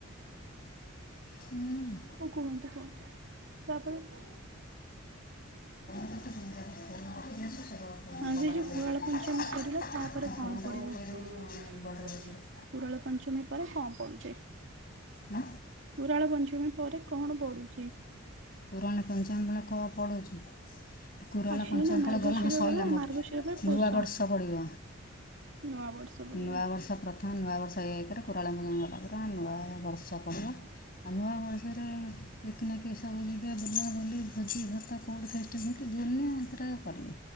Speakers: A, on the left (about 45°); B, on the right (about 60°).
A: ଫୋନ୍
B: ଓ କୁହନ୍ତୁ କୁହନ୍ତୁ ତାପରେ,
A: ରଖିକି ଆସୁ ସେ କବାଟ
B: ଆଜି ଯୋଉ
A: ଦେଇଦେବେ
B: କୁରାଳ ପଞ୍ଚମୀ ସରିଲା ତାପରେ
A: ମୋ ଫୋନ୍ଟାକୁ
B: କଣ ପଡିବ?
A: ଥୋଇଦେବୁ ବର୍ଡ଼ର ଉପରେ
B: କୁରାଳ ପଞ୍ଚମୀ। ପରେ କଣ ପଡୁଛି?
A: ହୁଁ।
B: କୁରାଳ ପଞ୍ଚମୀ। ପରେ କଣ ପଡୁ
A: ପୁରଣ ପଞ୍ଚମୀ ବେଳେ କୁହ ପଡ଼ୁଛି। କୁରାଣ
B: ଆଶ୍ୱିନ
A: ପଞ୍ଚମୀ
B: ନା
A: ଫଳେ
B: ମାର୍ଗଶିର
A: ଗଲା ହଁ ସରିଲା ମ
B: ମାର୍ଗଶିର ପରେ
A: ନୂଆ
B: ପୌଷ।
A: ବର୍ଷ ପଡ଼ିବ
B: ନୂଆ ବର୍ଷ ପଡିବ।
A: ନୂଆବର୍ଷ ପ୍ରଥମ ନୂଆବର୍ଷ ହେଇଆକରେ କୁରାଣ ପଞ୍ଚମୀ ଗଲା ପରେ ନୂଆ ବର୍ଷ ପଡ଼ିଲା ଆଉ ନୂଆ ବର୍ଷ। <unintelligible> ନା କି ସବ ଏବେ ବୁଲାବୁଲି ଭୋଜି ଭାତ କୋଉଠି ଫିଷ୍ଟି ମିଷ୍ଟି ଦୁନିଆ ସେଥିରେ କରିବେ,